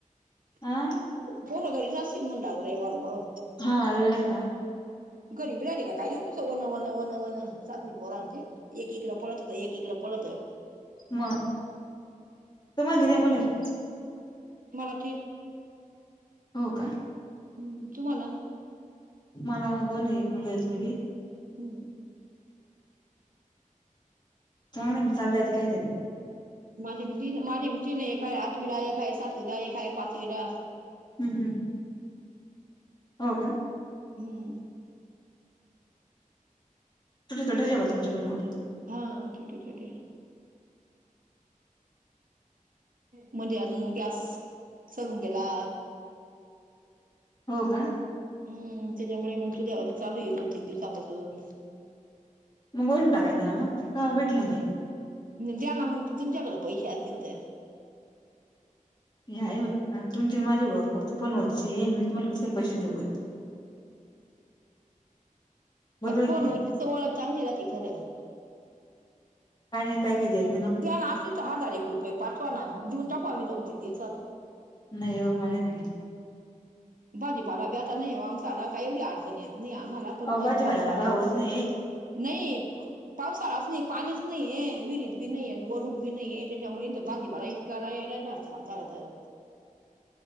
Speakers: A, on the left (about 30°); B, on the right (about 80°).
A: आ
B: <inaudible> पोरं घरीच असेतील म्हणलं आज रविवार मुळं
A: हा रवीवार आहे ना आज
B: <inaudible> वन वन वन वन चालली पोरांची एक इकड पळत एक इकड पळत
A: म तूम्हाला कीती मुलं आहेत
B: मला <inaudible>
A: हो का
B: हम्म तुम्हाला
A: मला दोन आहेत एक मुलगा एक मुलगी
B: ह
A: चांगलं आहे <inaudible> कायतरी
B: माझी भीती माझी भीतीने एका आहे आठवीला एका आहे सातीला एका आहे पाचवीला
A: हम् हं हो का
B: हम्म
A: छोटे छोटे आहे तुमचे पण हो
B: हा छोटे छोटे आहे म्हणजे अजून गॅस सरून गेला
A: हो का
B: हम्म त्याच्यामुळे मग तुझ्यावरच चालू आहे दोन तीन दिवसापासून
A: मग वरून टाकायचा ना मग भेटला नाही.
B: द्याना मग तुमच्याकड पैसे असतील तर
A: नाही हो तुमची माझी ओळख फक्त फोनवरची आहे मी तुम्हाला कस काय पैसे देऊ बर बरोबर आहे
B: फोन
A: की नाही
B: वरतीच ओळख चांगली राहती खरं
A: काय नाही काय <inaudible>
B: द्या ना असतिल तर हजार एक रुपये पाठवाना देऊन टाकू आम्ही दोन तीन दिवसात
A: नाही हो माझ्याकडे
B: भाजीपाला बी आता नाही आमचाला काय एवढी अडचणी नाही आम्हाला पण
A: अहो
B: मग
A: भाजीपाल्याला
B: आता भाजीपाला
A: भावच
B: बंद
A: नाहीये
B: नाही पावसाळाच नाही पाणीच नाही आहे विहिरीत बी नाहीे वरुन बी नाहीये त्याच्यामुळे तर भाजीपालायच करायला वेळेलाच आमचा तर